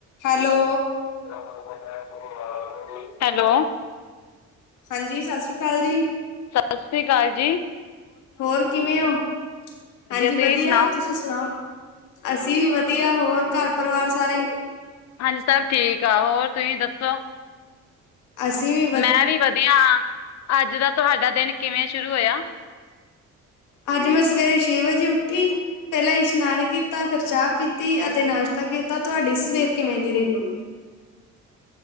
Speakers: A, on the left; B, on the left.
A: ਹੈਲੋ
B: <unintelligible>
A: <inaudible>
B: ਹੈਲੋ
A: ਹਾਂਜੀ ਸਤਿ ਸ਼੍ਰੀ ਕਾਲ ਜੀ
B: ਸੱਸ ਸ਼੍ਰੀ ਕਾਲ ਜੀ।
A: ਹੋਰ ਕਿਵੇਂ ਹੋ? ਹਾਂਜੀ
B: ਤੁਸੀਂ
A: ਵਧੀਆ,
B: ਸੁਣਾਓ
A: ਤੁਸੀਂ ਸੁਣਾਓ? ਅਸੀਂ ਵੀ ਵਧੀਆ, ਹੋਰ ਘਰ ਪਰਿਵਾਰ ਸਾਰੇ
B: ਹਾਂਜੀ ਸਭ ਠੀਕ ਆ, ਹੋਰ ਤੁਸੀਂ ਦੱਸੋ?
A: ਅਸੀਂ ਵੀ
B: ਮੈਂ ਵੀ ਵਧੀਆ ਹਾਂ, ਅੱਜ ਦਾ ਤੁਹਾਡਾ ਦਿਨ ਕਿਵੇਂ ਸ਼ੁਰੂ ਹੋਇਆ?
A: ਅੱਜ ਮੈਂ ਸਵੇਰੇ ਛੇ ਵਜੇ ਉੱਠੀ। ਪਹਿਲਾਂ ਇਸ਼ਨਾਨ ਕੀਤਾ, ਫੇਰ ਚਾਹ ਪੀਤੀ ਅਤੇ ਨਾਸ਼ਤਾ ਕੀਤਾ ਤੁਹਾਡੀ ਸਵੇਰ ਕਿਵੇਂ ਦੀ ਰਹੀਓ?